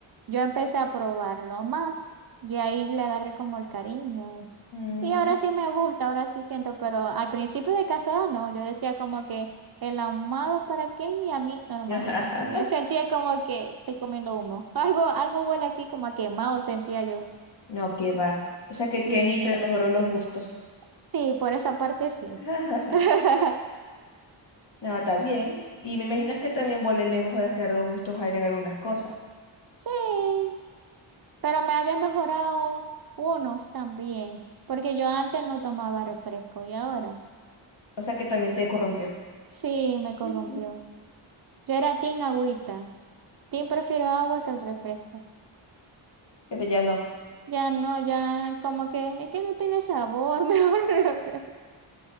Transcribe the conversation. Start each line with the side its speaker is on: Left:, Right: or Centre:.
Right: yo empecé a probarlo más y ahí le agarré como el cariño.
Left: Mm.
Right: Y ahora sí me gusta, ahora sí siento, pero al principio de casada no, yo decía como que el ahumado para Kenny y a mí normalito,
Left: <laughs>
Right: porque yo sentía como que estoy comiendo humo. <laughs> Algo, algo huele aquí como a quemado, sentía yo.
Left: No, que va. O
Right: Sí.
Left: sea que Kenny te mejoró los gustos.
Right: Sí, por esa parte sí.
Left: <laughs>
Right: <laughs>
Left: No, está bien. Y me imagino
Right: Mm,
Left: que también vos le mejoraste los gustos a él en algunas cosas.
Right: Sí, pero me ha de mejorado unos también, porque yo antes no tomaba refresco y ahora
Left: O sea que también te corrompió.
Right: sí me corrompió.
Left: <laughs>
Right: Yo era team agüita, team prefiero agua que el refresco.
Left: Pero ya no.
Right: Ya no, ya como que es que no tiene sabor, <laughs> mejor el refresco.